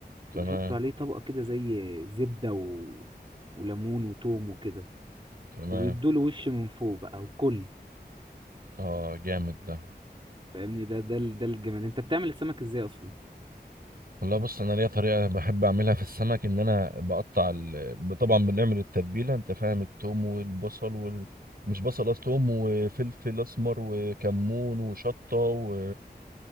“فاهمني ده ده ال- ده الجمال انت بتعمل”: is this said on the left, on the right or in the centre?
Right